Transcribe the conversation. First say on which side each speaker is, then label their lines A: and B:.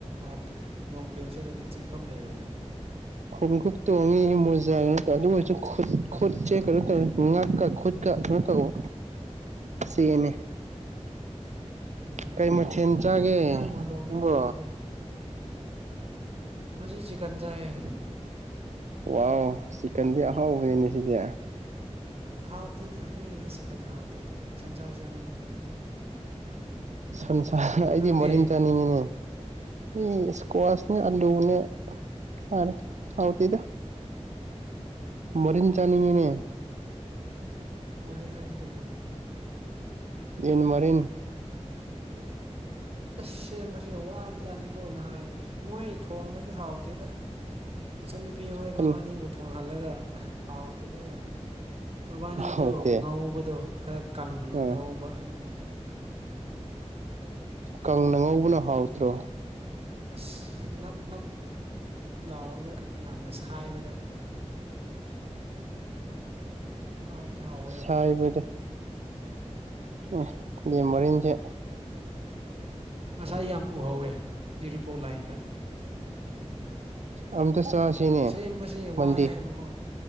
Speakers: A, on the right; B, on the right.
A: ꯍꯥꯄꯦ ꯂꯣꯡꯄꯦꯟ ꯁꯦꯠꯂꯗꯤ ꯆꯤꯛꯐꯝ ꯂꯩꯔꯣꯏꯗ
B: ꯈꯣꯡꯒꯨꯞ ꯇꯣꯡꯉꯦ ꯃꯣꯖꯥ ꯉꯛꯇ ꯑꯗꯨ ꯑꯣꯏꯔꯁꯨ ꯈꯨꯠ ꯈꯨꯠꯁꯦ ꯀꯩꯅꯣ ꯇꯧꯋꯦ ꯉꯛꯀ ꯈꯨꯠꯀ ꯇ ꯉꯛ ꯇꯧꯋꯣ ꯆꯦꯅꯦ
A: ꯎꯝ
B: ꯀꯩ ꯃꯊꯦꯟ ꯆꯥꯒꯦ
A: ꯍꯤꯗꯥꯛ ꯃꯣꯂꯣꯝꯗꯣ
B: ꯅꯪꯕꯣ
A: ꯇꯩꯌꯣ ꯉꯖꯤ ꯆꯤꯛꯀꯟ ꯆꯥꯏꯌꯦ
B: ꯋꯥꯎ ꯆꯤꯛꯀꯟꯗꯤ ꯑꯍꯥꯎꯕꯅꯤꯅꯦ ꯁꯤꯗꯤ
A: ꯍꯥꯎꯇꯦꯗ ꯑꯩꯒꯤꯗꯤ ꯆꯤꯛꯀꯟ ꯍꯥꯎꯇꯦꯗ ꯁꯟꯁꯥ ꯆꯥꯅꯤꯡꯉꯦ
B: ꯁꯟꯁꯥ ꯅ ꯑꯩꯗꯤ
A: ꯅꯪꯗꯤ
B: ꯃꯔꯤꯟ ꯆꯥꯅꯤꯡꯉꯤꯅꯦ ꯑꯩ ꯏꯁꯀ꯭ꯋꯥꯁꯅꯦ ꯑꯥꯂꯨꯅꯦ ꯆꯥꯔꯦ ꯍꯥꯎꯇꯦꯗ ꯃꯔꯤꯟ ꯆꯥꯅꯤꯡꯉꯤꯅꯦ
A: ꯃꯣꯔꯦꯟ ꯍꯥꯏꯖꯦ ꯀꯩꯅꯣ
B: ꯌꯦꯟ ꯃꯔꯤꯟ
A: ꯑꯣ ꯑꯁ ꯁꯦꯝꯕꯁꯦ ꯋꯥꯕꯖꯥꯠꯅꯤꯀꯣ ꯅꯍꯥꯟ ꯃꯣꯏ ꯊꯣꯡꯕꯁꯦ ꯍꯥꯎꯇꯦꯗ ꯏꯆꯟꯅꯨꯄꯤ ꯍꯣꯏ
B: ꯀꯩꯅꯣ
A: ꯃꯕꯥꯅꯤꯕꯨ ꯊꯣꯡꯍꯜꯂꯒ ꯍꯥꯎꯇꯦꯗ ꯌꯥꯝꯅ ꯃꯕꯥꯅꯤꯗꯣ
B: ꯍꯥꯎꯇꯦ
A: ꯉꯧꯕꯗꯣ ꯈꯔ ꯀꯪꯅ
B: ꯎꯝ
A: ꯉꯧꯕ ꯑꯗꯨꯒꯤ
B: ꯀꯪꯅ ꯉꯧꯕꯅ ꯍꯥꯎꯇ꯭ꯔꯣ
A: ꯑꯁ ꯅꯞ ꯅꯞ ꯂꯥꯎꯔꯒ ꯌꯥꯝꯅ ꯁꯥꯏꯕꯗ ꯍꯥꯎꯗꯤ ꯍꯥꯎꯋꯦꯕꯨ
B: ꯁꯥꯏꯕꯗꯤ ꯑꯦꯍ ꯌꯦꯟ ꯃꯔꯤꯟꯖꯦ
A: ꯉꯁꯥꯏ ꯌꯥꯝ ꯎꯍꯧꯋꯦ ꯏꯔꯤꯄꯣꯛ ꯂꯥꯏꯟꯗ
B: ꯑꯝꯇ ꯆꯥꯁꯤꯅꯦ
A: ꯁꯦꯝꯕꯁꯦ
B: ꯃꯟꯗꯦ
A: ꯋꯥꯏꯑꯦꯕꯀꯣ